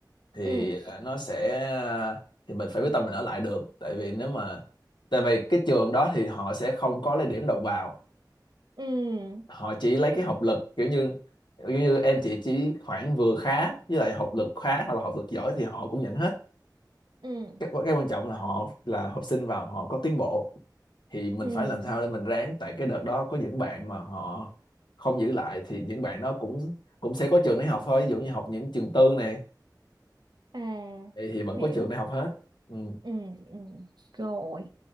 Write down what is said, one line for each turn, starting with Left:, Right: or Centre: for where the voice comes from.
Left: thì
Right: ừ
Left: à, nó sẽ à, thì mình phải quyết tâm mình ở lại được tại vì nếu mà tại vì cái trường đó thì họ sẽ không có lấy điểm đầu vào
Right: ừ
Left: họ chỉ lấy cái học lực kiểu như kiểu như em chị chỉ khoảng vừa khá với lại học lực khá hoặc là học lực giỏi thì họ cũng nhận hết
Right: ừ
Left: cái, cái quan trọng là họ là học sinh vào họ có tiến bộ thì mình
Right: ừ
Left: phải làm sao để mình ráng tại cái đợt đó có những bạn mà họ không giữ lại thì những bạn đó cũng cũng sẽ có trường để học thôi ví dụ như học những trường tư này
Right: à
Left: thì, thì vẫn
Right: hiểu
Left: có trường để học hết ừ.
Right: ừ ừ rồi